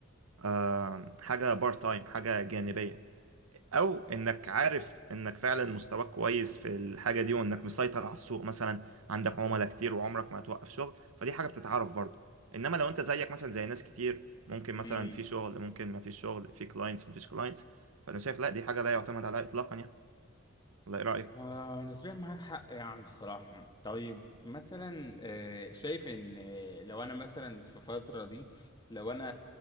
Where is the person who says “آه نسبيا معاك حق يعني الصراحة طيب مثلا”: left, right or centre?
Left